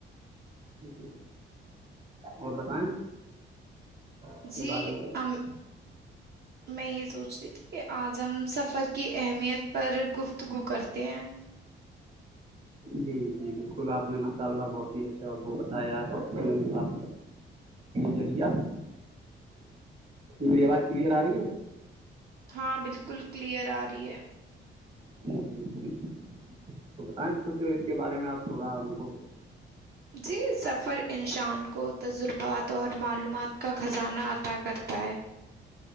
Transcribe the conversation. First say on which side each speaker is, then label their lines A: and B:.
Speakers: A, on the right (about 30°); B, on the right (about 55°).
A: جی اور بتائیں اپنے
B: جی
A: بارے میں کچھ
B: ہم میں سوچتی تھی کہ آج ہم سفر کی اہمیت پر گفت گتگو کرتے ہیں
A: جی جی بالکل آپ نے ماشاء اللہ بہت ہی اچھا وہ بتایا ہے آ سےریہ میری آواز کلیئر آ رہی ہے
B: ہاں بالکل کلیئر آ رہی ہے
A: جی بالکل۔ تو بتائیں کچھ اس کے بارے میں آپ تھوڑا ہم کو
B: جی سفر انسان کو تجربات اور معلومات کا خزانہ عطا کرتا ہے